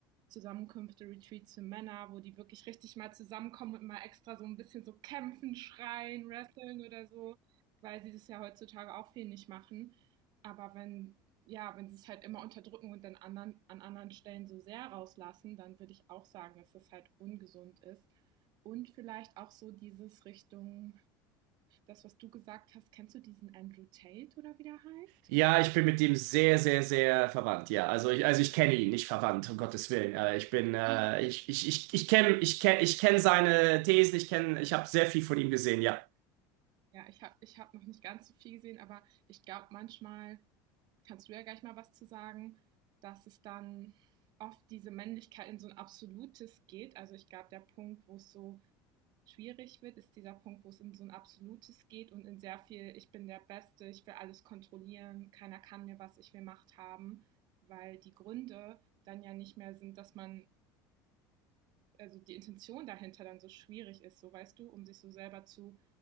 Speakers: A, on the right (about 50°); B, on the right (about 75°).
A: Zusammenkünfte, Retreats für Männer, wo die wirklich richtig mal zusammenkommen und mal extra so ein bisschen so kämpfen, schreien, wresteln oder so, weil sie das ja heutzutage auch viel nicht machen. Aber wenn, ja, wenn sie es halt immer unterdrücken und dann anderen, an anderen Stellen so sehr rauslassen, dann würde ich auch sagen, dass das halt ungesund ist. Und vielleicht auch so dieses Richtung, das, was du gesagt hast, kennst du diesen Andrew Tate oder wie der heißt?
B: Ja, ich bin mit dem sehr, sehr, sehr verwandt. Ja, also ich, also ich kenne ihn nicht verwandt, um Gottes Willen. Äh, ich bin, äh,
A: Ja,
B: ich, ich, ich, ich kenne, ich kenne, ich kenne seine Thesen. Ich kenne, ich habe sehr viel von ihm gesehen. Ja.
A: ja ich habe ich hab noch nicht ganz so viel gesehen, aber ich glaube manchmal, kannst du ja gleich mal was zu sagen, dass es dann oft diese Männlichkeit in so ein absolutes geht. Also ich glaube, der Punkt, wo es so schwierig wird, ist dieser Punkt, wo es in so ein absolutes geht und in sehr viel, ich bin der Beste, ich will alles kontrollieren, keiner kann mir was, ich will Macht haben, weil die Gründe dann ja nicht mehr sind, dass man, also die Intention dahinter dann so schwierig ist, so weißt du, um sich so selber zu